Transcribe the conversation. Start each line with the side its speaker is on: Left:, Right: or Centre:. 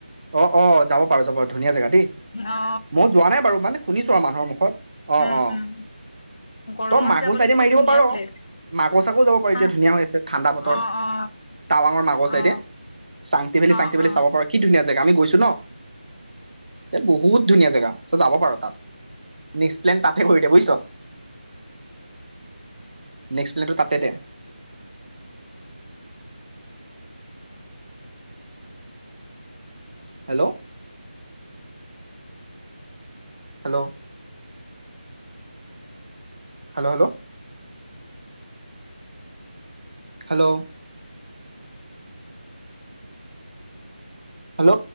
Right: অ অ যাব পাৰো যাব পাৰ ধুনীয়া জেগা দেই
Left: অ
Right: মই যোৱা নাই বাৰু মানে শুনিছো আৰু মানুহৰ মুখত অ
Left: উম
Right: অ
Left: উম গৰমত
Right: তই মাগুৰ
Left: যাবলৈ
Right: চাইডে
Left: কিন্তু
Right: মাৰি দিব
Left: ধুনীয়া
Right: পাৰ
Left: প্লেচ
Right: মাগুৰ চাগো যাব পাৰি
Left: হা
Right: এতিয়া ধুনীয়া আছে ঠাণ্ডা বতৰ
Left: অ অ
Right: টাৱাঙৰ মাগুৰ চাইডে
Left: অ
Right: চাংটি ভেলি
Left: অ
Right: চাংটি ভেলী
Left: অ
Right: চাব পাৰ কি ধুনীয়া জেগা আমি গৈছো ন বহুত ধুনীয়া জেগা তই যাব পাৰ তাত নেক্স প্লেন তাতে কৰি দে বুজিছ নেক্সট প্লেটৰ তাতে দে hello hello hello hello hello hello